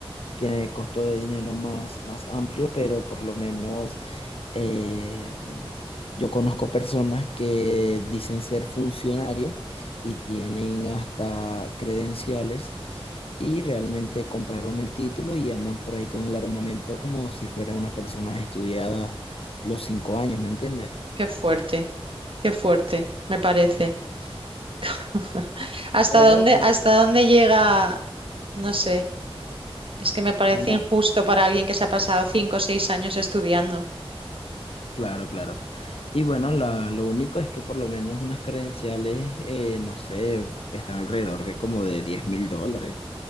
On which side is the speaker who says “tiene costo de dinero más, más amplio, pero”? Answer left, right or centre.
Left